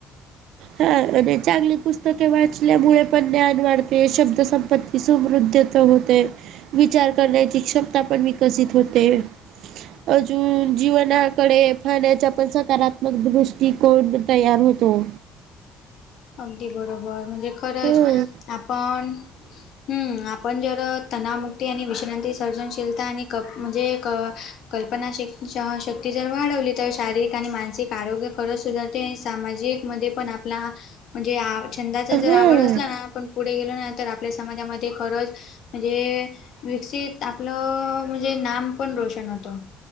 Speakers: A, on the right (about 65°); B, on the left (about 55°).
A: हा आणि चांगली पुस्तके वाचल्यामुळे पण ज्ञान वाढते, शब्द संपत्ती- समृद्ध होते, विचार करण्याची क्षमता पण विकसित होते. <inaudible> अजून जीवनाकडे पाहण्याच्या पण सकारात्मक दृष्टी कोण तयार हो तो.
B: अगदी बरोबर म्हणजे खरंच
A: हं
B: आपण हम् आपण जर तणामुक्ती आणि विश्रांतीस सर्जनशीलता आणि क म्हणजे क- कल्पना शक्ती जर वाढवली तर शारीरिक आणि मान मासिक आरोग्य खरंच सुधारते आणि सामाजिक मध्ये पण आपला म्हणजे आ- छंदाचा जर
A: हं
B: आवड असला ना आपण पुढे गेलो ना तर आपल्या समाजामध्ये खरंच म्हणजे विकसित आपलं म्हणजे नाम पण रोशन होतं.